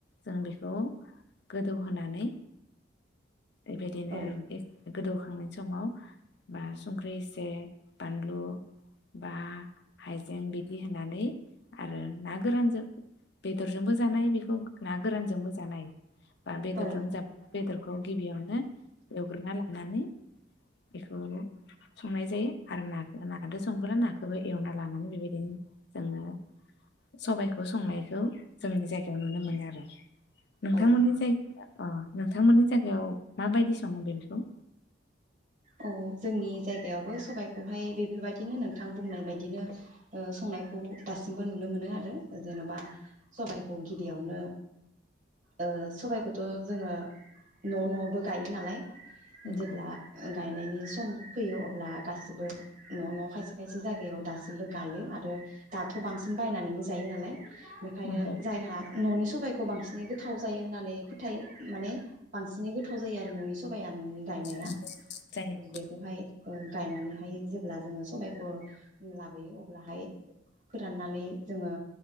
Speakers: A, on the left; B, on the right.
A: जों बेखौ गोदौहोनानै बेबायदिनो
B: औ
A: गोदौखांनायनि समाव बा संख्रि इसे बानलु बा हायजें बिदि होनानै आरो ना गोरानजों, बेदरजोंबो जानोहायो बेखौ ना गोरानजोंबो जानो हायो। बा बेदरजों
B: औ
A: जाब बेदरखौ गिबियावनो एवग्रोना ला नानै बेखौ संनाय जायो आरो ना-नादो संबोब्ला नाखौबो एवना लानानै बेबायदिनो जोङो सबाइखौ संनायखौ जोंनि जायगायाव नुनो मोनो आरो। नोंथांमोननि
B: औ
A: जायगाया अ नोंथांमोननि जायगायाव माबायदि सङो बे बेखौ?
B: औ जोंनि जायगायावबो सबाइखौहाय बेफोरबायदिनो नोंथां बुंनाय बायदिनो ओ संनायखौ दासिमबो नुनो मोनो आरो जेन'बा सबाइखौ गिबियावनो ओ सबाइखौथ' जोङो न' न'आवबो गायो नालाय।
A: नंगौ
B: जेब्ला गायनायनि सम फैयो अब्ला गासिबो न- न', खायसे-खायसे जायगायाव दासिमबो गायो आरो दाथ' बांसिन बायनानैनो जायो नालाय बेखायनो
A: नंगौ
B: जायहा न'नि सबाइखौ बांसिनै गोथाव जायो होननानै फोथायो। माने बांसिनै गोथाव जायो आरो न'नि स बाया न'नि गायनाया।
A: औ जायो
B: बेखौहाय ओ गायनानैहाय जेब्ला जोङो सबायखौ लाबोयो अब्लाहाय फोराननानै जोङो